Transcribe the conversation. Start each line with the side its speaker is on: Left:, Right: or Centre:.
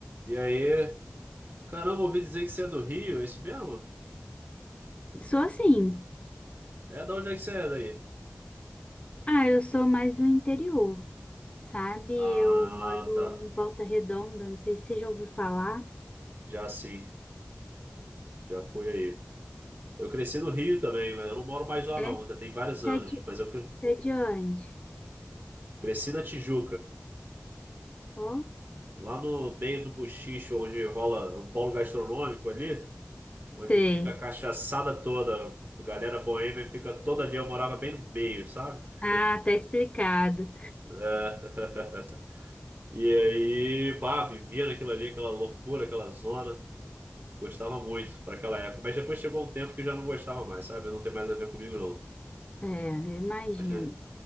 Right: E aí? Caramba, ouvi dizer que você é do Rio, é isso mesmo?
Left: Sou assim.
Right: É da onde é que você é daí?
Left: Ah, eu sou mais do interior, sabe? Eu
Right: Ah,
Left: moro
Right: tá.
Left: em Volta Redonda, não sei se você já ouviu falar.
Right: Já sim, já fui aí. Eu cresci no Rio também, mas eu não moro mais lá
Left: É?
Right: não, ainda tem vários anos.
Left: É de,
Right: Mas eu cre-
Left: é de onde?
Right: cresci na Tijuca,
Left: Ó.
Right: lá no meio do Buchicho, onde rola um polo gastronômico ali, onde
Left: Sei.
Right: fica a cachaçada toda, a galera boêmia fica toda ali, eu morava bem no meio, sabe?
Left: Ah,
Right: <laughs>
Left: tá explicado.
Right: É. <laughs> E aí, pá, vivia naquilo ali, aquela loucura, aquela zona. Gostava muito para aquela época, mas depois chegou um tempo que eu já não gostava mais, sabe? Não tem mais a ver comigo, não.
Left: É, eu imagino.
Right: Mas eh,